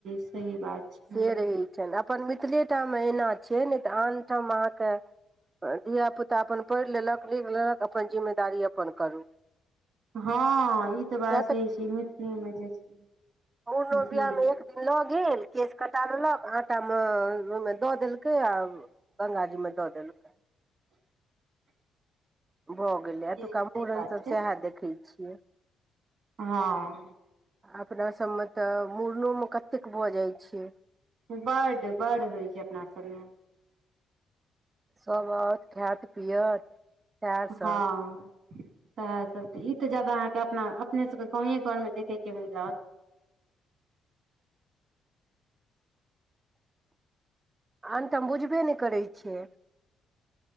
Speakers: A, on the right (about 65°); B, on the right (about 25°).
A: सही बात छै
B: से रहै छनि अपन मिथिलेटामे एना छै नहि तऽ आनठाम अहाँकेँ धियापुता अपन पढ़ि लेलक लिख लेलक अपन जिम्मेदारी अपन करू
A: हँ ई तऽ
B: किया
A: बात सही छै मैथिलीमे जे छै
B: मुड़नो
A: जी
B: बियाह
A: जी
B: मे एक दिन लऽ गेल केस कटा लेलक आटा मे ओहिमे दऽ देलकै आ गंगाजी मे दऽ देलकै भऽ गेलै एतुका
A: सही
B: मुड़नसभ
A: बात छै
B: सएह देखै छियै
A: हँ
B: अपनासभमे तऽ मुड़नोमे कतेक भऽ जाइत छै
A: बड्ड बड्ड होइ छै अपना सभमे
B: सभ आओत खायत पियत सएह सब
A: हँ सएहसभ तऽ ई तऽ ज्यादा अहाँके अपना अपने सभके गाँवे घरमे देखयके मिलत
B: <inaudible> आनठम बुझबे नहि करय छियै